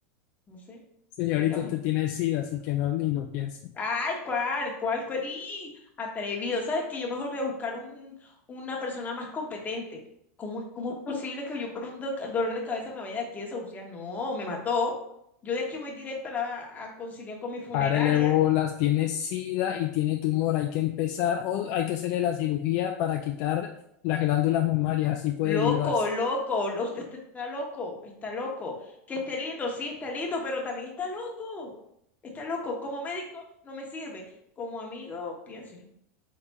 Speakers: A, on the left; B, on the left.
A: no sé,
B: Señorito,
A: dígame.
B: usted tiene SIDA, así que no ni lo piense.
A: Ay, ¿cuál? ¿Cuál? ¿Cuál? ¡Y! Atrevido. ¿Sabes qué? Yo mejor voy a buscar un, una persona más competente. ¿Cómo, es- cómo es posible que yo por un do- dolor de cabeza me vaya de aquí a desahuciar? No, me mató. Yo de aquí voy directo a, la- a conciliar con mi funeraria.
B: Párele bolas, tiene SIDA y tiene tumor, hay que empezar o hay que hacerle la cirugía para quitar las glándulas mamarias, así puede
A: Loco,
B: librarse.
A: loco, lo- usted está está loco, está loco. Que esté lindo, sí, está lindo, pero también está loco. Está loco. Como médico no me sirve. Como amigo, piénselo.